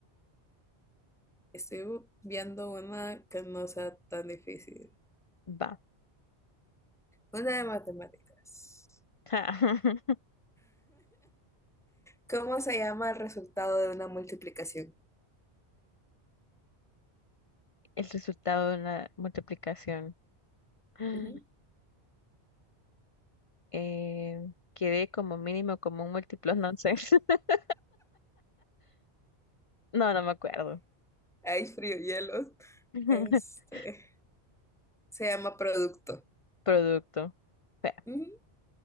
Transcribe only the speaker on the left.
Va.
<laughs>
El resultado de una multiplicación.
<gasps> Eh, quedé como mínimo como un múltiplo, no sé. <laughs> No, no me acuerdo.
<laughs>
Producto. Espera,